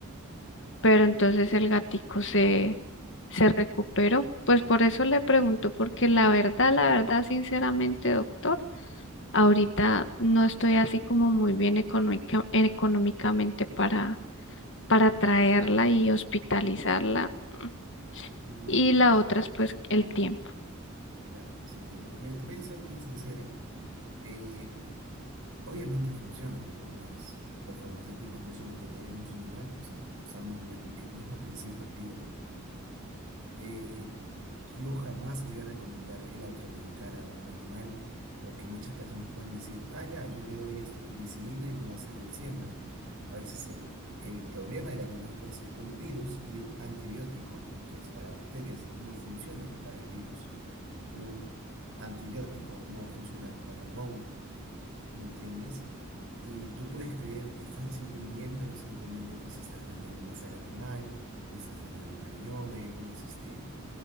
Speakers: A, on the left; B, on the right.
A: Pero entonces el gatico se, se recuperó. Pues por eso le pregunto, porque la verdad, la verdad, sinceramente, doctor, ahorita no estoy así como muy bien económica- económicamente para para traerla y hospitalizarla. mm,
B: Mi,
A: Y la otra es pues el tiempo.
B: claro, sí te entiendo. Mira, te voy a ser bien sincero. eh, obviamente funcionan, ¿no? Las, los farmacéuticos de uso veterinario en uso animal. O sea, usamos la- el mismo principio activo. Eh, yo jamás voy a recomendar el automedicar a un animal porque muchas personas pueden decir, ah, ya, yo le doy este penicilina y me va a servir siempre. A veces el, el problema del animal puede ser un virus y un antibiótico, que es para bacterias, no funciona para el virus. Un antibiótico no va a funcionar para un hongo, ¿me entiendes? Y tú puedes creer que estás haciendo un bien, pero simplemente pues estás dañando más al animal, le estás dañando el riñón, hay algunos, este